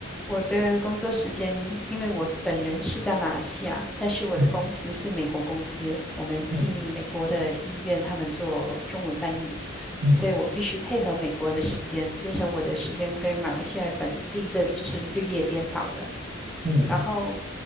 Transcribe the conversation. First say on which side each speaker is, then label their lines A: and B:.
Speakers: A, in the centre; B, on the right.
A: 我的工作时间，因为我本人是在马来西亚，但是我的公司是美国公司，
B: 嗯
A: 我们替美国的医院他们做中文翻译，
B: 嗯嗯
A: 所以我必须配合美国的时间，变成我的时间跟马来西亚本地这里就是日夜颠倒的。
B: 嗯，
A: 然后